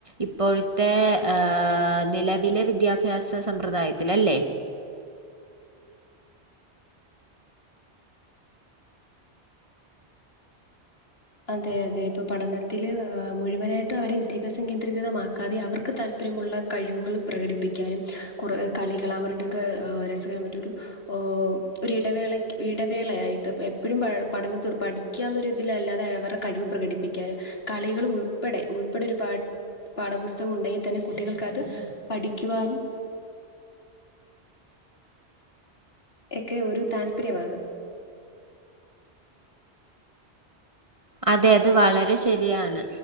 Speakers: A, on the right; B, on the left.
A: ഇപ്പോഴത്തെ ആഹ് നിലവിലെ വിദ്യാഭ്യാസ സമ്പ്രദായത്തിൽ അല്ലേ.
B: അതെ അതെ ഇപ്പൊ പഠനത്തില് മുഴുവനായിട്ടും അവരെ വിദ്യാഭ്യസം കേന്ദ്രീകൃതമാക്കാതെ അവർക്ക് താല്പ പ്പര്യമുള്ള കഴിവുകൾ പ്രകടിപ്പിക്കാനും, കുറെ കളികൾ അവരുടെത് രസകരമായിട്ട് ഒരു. ഓ ഒരു ഇടവേള ഇടവേളയായിട്ട് എപ്പോഴും പ പഠനത്തോട് പഠിക്കാന്നൊരു ഇതിലല്ലാതെ. തെ അവരുടെ കഴിവ് പ്രകടിപ്പിക്കാന്, കളികൾ ഉൾപ്പെടെ ഉൾപ്പെടെ ഒരുപാട്. പാഠപുസ്തകം ഉണ്ടെങ്കിൽ തന്നെ കുട്ടികൾക്ക് അത് പഠിക്കുവാനും. എക്കെ ഒരു താല്പര്യമാണ്.
A: അതെ അത് വളരെ ശരിയാണ്.